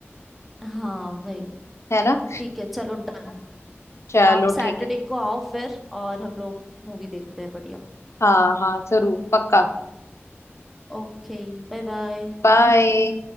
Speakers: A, in the centre; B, on the left (about 80°).
A: हाँ वही
B: है ना
A: ठीक है चलो डन
B: चलो
A: आप सैटरडे
B: ठीक है
A: को आओ फिर और हम लोग मूवी देखते हैं बढ़िया
B: हाँ हाँ जरूर पक्का
A: ओके Bye bye
B: बाय